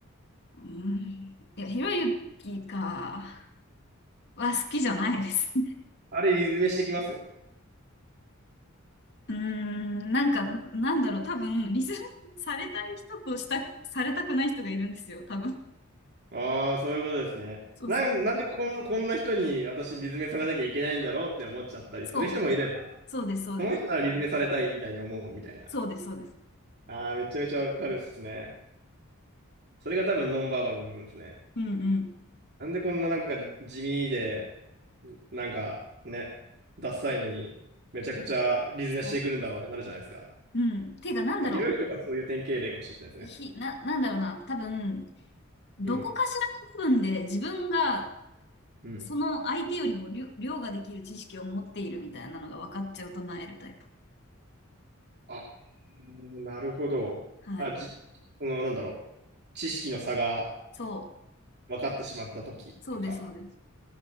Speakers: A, on the left; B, on the right.
A: うん、いや、ひろゆきか、は好きじゃないですね。
B: あれ、リズメしてきますよ。
A: <laughs> うーん、なんか、なんだろう、多分、リスペクトされたい人とした、されたくない人がいるんですよ、多分。
B: ああ、そういうことですね。
A: そうそう。
B: なん、なんでこん、こんな人に私、リズメされなきゃいけないんだろうって思っちゃったりする人もいれば。
A: そう。そうです、そうです。
B: この人ならリズメされたいみたいに思うみたいな。
A: そうです、そうです。
B: ああ、めちゃめちゃわかるっすね。それが多分ノンバーバルの部分ですね。
A: うんうん。
B: なんでこんななんか地味で、なんかね、ダサいのに、めちゃくちゃリズメしてくるんだろうってなるじゃないですか。
A: そう。うん。ていうか、なんだろ
B: まあ、ひろゆきとかそういう典型例かもしれないですね。
A: う。ひ、な、なんだろうな。多分、どこかしらの部分で自分が
B: うん。うん。
A: その相手よりも量量ができる知識を持っているみたいなのが分かっちゃうとなえるタイプ。
B: あー、なるほど。
A: はい。
B: あ、じ、この、なんだろう。知識の差が
A: そう。
B: 分かってしまった時とか。
A: そうです、そうです。